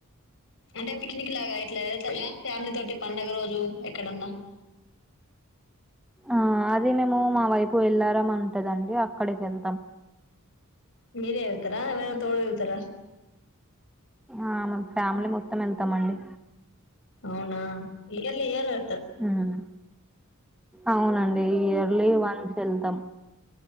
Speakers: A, on the left (about 60°); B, in the centre.
A: అంటే పిక్నిక్ లాగా ఇట్లా వెళ్తార ఫ్యామిలీ తోటి పండుగ రోజు ఎక్కడన్నా
B: ఆ అది మేము మా వైపు వెళ్లారా అంటదండి అక్కడికి వెళ్తాం
A: మీరే వెళ్తారా ఎవరైనా తోడు వెళ్తారా
B: ఆ మ ఫ్యామిలీ మొత్తం వెళ్తామండి
A: అవునా ఇయర్లి ఇయర్లే
B: అవునా అవునండి ఇయర్లీ వన్స్ వెళ్తాం